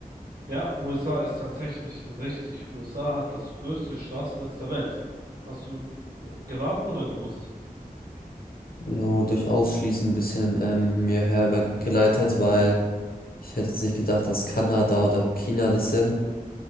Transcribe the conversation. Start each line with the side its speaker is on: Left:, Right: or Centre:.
Right: Ja, USA ist tatsächlich richtig. USA hat das größte Straßennetz der Welt. Hast du äh, geraten oder gewusst?
Left: so durch Ausschließen ein bisschen ähm, mir hergeleitet, weil ich hätte jetzt nicht gedacht, dass Kanada oder China das sind.